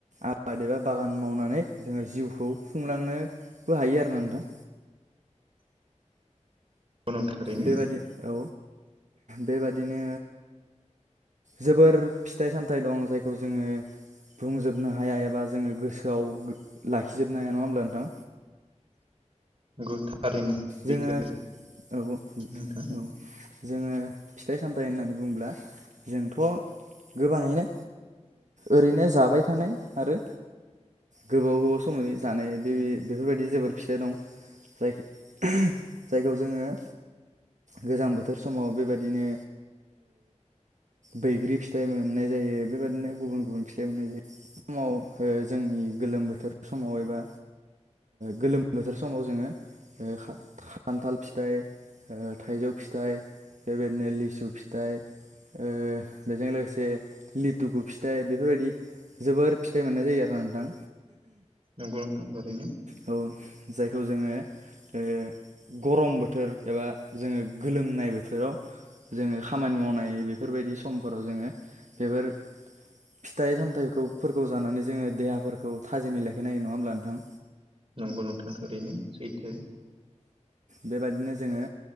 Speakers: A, on the right (about 75°); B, on the right (about 45°).
A: आबाद बादेबा बागान मावनानै जोङो जिउखौ खुंलांनोबो हायो आरो ना नोंथां।
B: <inaudible> नोंथां थारैनो
A: बेबादि औ बेबादिनो जोबोर फिथाइ सामथाइ दं जायखौ जोङो बुंजोबनो हाया एबा जोङो गोसोआव लाखिजोबनो हाया नङा होमब्ला नोंथां।
B: <inaudible> नंगौ थारैनो सैथो
A: जोङो औ
B: नोंथां
A: औ जोङो फिथाइ सामथाइ होननानै बुङोब्ला जोंथ' गोबाङैनो ओरैनो जाबाय थानाय आरो गोबाव गोबाव समै जानाय बे बेफोर बायदि जोबोर फिथाइ दं जाय जायखौ जोङो गोजां बोथोर समाव बे बायदिनो बैग्रि फिथाइ मोननाय जायो बेबादिनो गुबुन गुबुन फिथाइ मोननाय जायो। समाव जोंनि गोलोम बोथोर समाव एबा गोलोम बोथोर समाव जोङो ओइ खा खान्थाल फिथाइ थाइजौ फिथाइ बे बायदिनो लिसु फिथाइ ओ बेजों लोगोसे लिथुकु फिथाइ बेफोर बायदि जोबोर फिथाइ मोननाय जायो आरो नोंथां।
B: नंगौ नोंथां थारैनो
A: औ जायखौ जोङो ओ गरम बोथोर एबा जोङो गोलोमनाय बोथोराव जोङो खामानि मावनाय बेफोर बायदि समफोराव जोङो बेफोर फिथाइ सामथाइफोरखौ जानानै जोङो देहाफोरखौ थाजिमै लाायखायनायो नङा होमब्ला नोंथां?
B: नंगौ नोंथां थारैनो सैथो।
A: बे बायदिनो जोङो